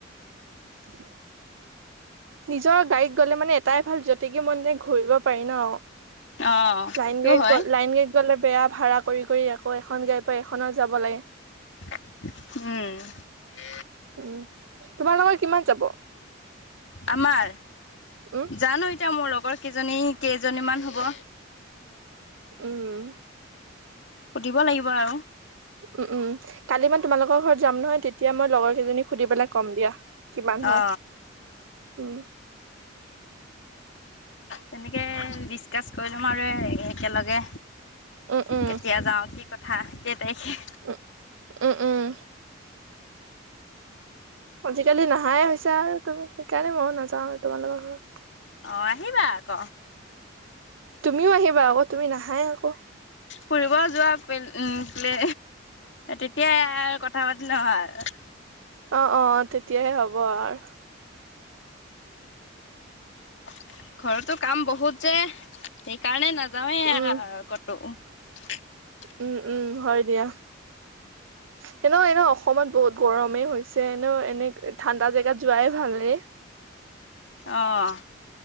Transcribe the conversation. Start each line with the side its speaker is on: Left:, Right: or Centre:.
Right: <inaudible> নিজৰ গাড়ীত গ'লে মানে এটাই ভাল, গতিকে মন যায় ঘুৰিব পাৰি ন।
Left: অ
Right: লাইন
Left: সেইটো
Right: গাড়ীত
Left: হয়
Right: গ লাইন গাড়ীত গলে বেয়া ভাড়া কৰি কৰি আকৌ এখন গাড়ীত এখনত যাব লাগে।
Left: উঁম।
Right: উঁম। তোমাৰ লগৰ কিমান যাব?
Left: আমাৰ?
Right: উম
Left: জানো এতিয়া মোৰ ল গৰ কিজনী কেইজনীমান হ'ব।
Right: উম।
Left: সুধিব লাগিব আৰু।
Right: উম উম কালি মানে তোমালোকৰ ঘৰত যাম নহয়, তেতিয়া মই লগৰ কেইজনী সুধি পেলাই কম দিয়া কিমান হয়।
Left: অ
Right: উম।
Left: তেনেকে ডিচকাচ কৰি লম আৰু একেলগে
Right: উম উম
Left: কেতিয়া যাও? কি কথা। কে তাৰিখে
Right: উম, উম উম। আজিকালি নাহ নাহাই হৈছা আৰু তুমি, সেইকাৰণে মইয়ো নাযাওঁ আৰু তোমালোকৰ ঘৰ।
Left: আহ আহিবা আক।
Right: তুমিও আহিবা আকৌ তুমি নাহাই আক'।
Left: ফুৰিব যোৱা পেল্ প্লে তেতিয়াই আৰু কথা পাতি লম আৰু।
Right: অ অ তেতিয়াহে হ'ব আৰু।
Left: <inaudible> ঘৰতো কাম বহুত যে সেই কাৰণে ন নাযাওঁৱেই আৰু
Right: উম
Left: ক'তো <unintelligible>
Right: উম উম হয় দিয়া। হে ন এনেও অসমত বহুত গৰমেই হৈছে। এনেও এনে ঠাণ্ডা জেগাত যোৱাই ভালেই।
Left: অ'